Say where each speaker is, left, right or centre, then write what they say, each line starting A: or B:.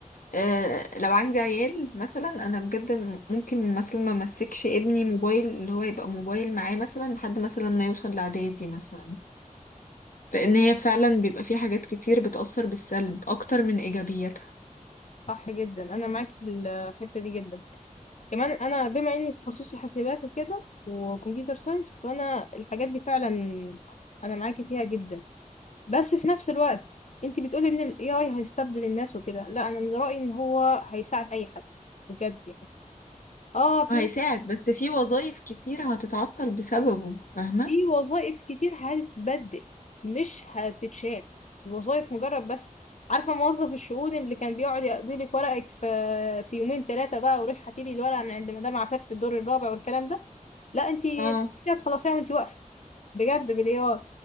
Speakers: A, on the left; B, on the left.
A: آه لو عندي عيال مثلا انا بجد م- ممكن مثلا ما امسكش ابني موبايل اللي هو يبقى موبايل معاه مثلا لحد مثلا ما يوصل لاعدادي مثلا لان هي فعلا بيبقى في حاجات كتير بتأثر بالسلب اكتر من ايجابياتها
B: صح جدا أنا معاكي في الحتة دي جدا كمان أنا بما إني تخصصي حاسبات وكده وكمبيوتر ساينس فأنا الحاجات دي فعلا أنا معاكي فيها جدا بس في نفس الوقت انت بتقولي ان ال AI هيستبدل الناس وكده لا انا من رأيي ان هو هيساعد اي حد بجد يعني اه في
A: هيساعد
B: ناس-
A: بس في وظائف كتير هتتعطل بسببه فاهمة
B: في وظائف كتير هتتبدل مش هتتشال الوظائف مجرد بس عارفة موظف الشؤون اللي كان بيقعد يقضي لك ورقك في في يومين ثلاثة بقى وروح هاتي لي الورقة من عند مدام عفاف في الدور الرابع والكلام ده لا انت
A: اه
B: هتخلصيها وانت واقفة بجد بالاي اي